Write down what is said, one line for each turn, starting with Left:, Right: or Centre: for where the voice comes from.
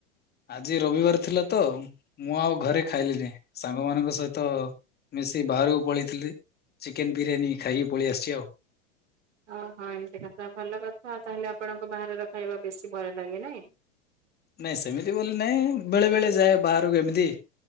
Left: ଆଜି ରବିବାର ଥିଲା ତ ମୁଁ ଆଉ ଘରେ ଖାଇଲିିନି ସାଙ୍ଗ ମାନଙ୍କ ସହିତ ମିଶି ବାହାରକୁ ପଳେଇଥିଲି ଚିକେନ ବିରିୟାନୀ ଖାଇକି ପଳେଇ ଆସିଚି ଆଉ
Right: ଓହୋ ଏମିତି କଥା ଭଲ କଥା ତାହେଲେ ଆପଣଙ୍କୁ ବାହାରର ଖାଇବା ବେଶି ଭଲ ଲାଗେ ନାଇଁ?
Left: ନାଇଁ ସେମିତି ବୋଲି ନାଇଁ ବେଳେ ବେଳେ ଯାଏ ବାହାରକୁ ଏମିତି।